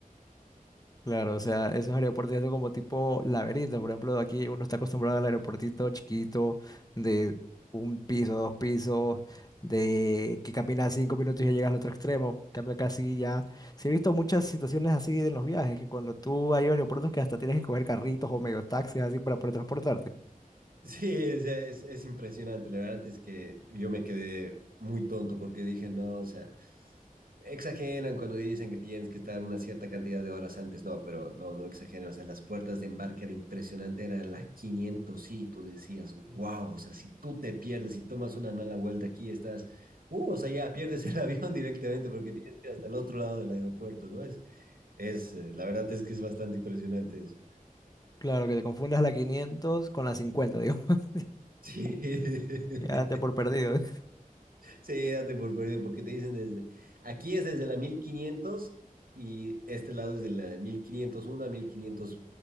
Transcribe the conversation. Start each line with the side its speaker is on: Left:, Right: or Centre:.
Left: Claro, o sea, esos aeropuertos ya son como tipo laberinto. Por ejemplo, aquí uno está acostumbrado al aeropuertito chiquito de un piso, dos pisos, de que caminas cinco minutos y ya llegas al otro extremo. En Cambio acá sí ya. Sí he visto muchas situaciones así en los viajes, que cuando tú hay aeropuertos que hasta tienes que coger carritos o medios taxis así para poder transportarte.
Right: Sí, es, es, es impresionante. La verdad es que yo me quedé muy tonto porque dije, no, o sea, exageran cuando dicen que tienes que estar una cierta cantidad de horas antes. No, pero no, no exageran. O sea, las puertas de embarque era impresionante, era la 500. Sí, tú decías, wow, o sea, si tú te pierdes y tomas una mala vuelta aquí, estás, uh, o sea, ya pierdes el <laughs> avión directamente porque tienes que ir hasta el otro lado del aeropuerto, ¿no? Es, es, eh, la verdad es que es bastante impresionante eso.
Left: Claro, que te confundas la 500 con la 50, digo. <laughs>
Right: Sí.
Left: Ya
Right: <laughs>
Left: te por perdido.
Right: Sí, date por perdido, porque te dicen desde, aquí es desde la 1500 y este lado es de la 1501 a 1500